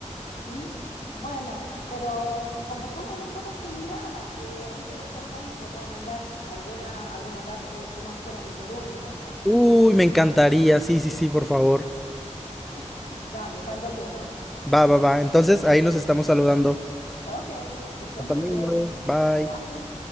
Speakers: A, on the left (about 85°); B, in the centre.
A: ¿m? Bueno, pero conversamos en otra oportunidad. eh, ahí te voy contando, te puedo mandar alguna- algunos datos de cómo hacer amigurumi también.
B: Uy, me encantaría. Sí, sí, sí, por favor.
A: <laughs> Dale, cuando quieras.
B: Va, va, va. Entonces ahí nos estamos saludando.
A: Ok, que estés
B: Hasta
A: muy
B: luego.
A: bien.
B: Bye.
A: Bye.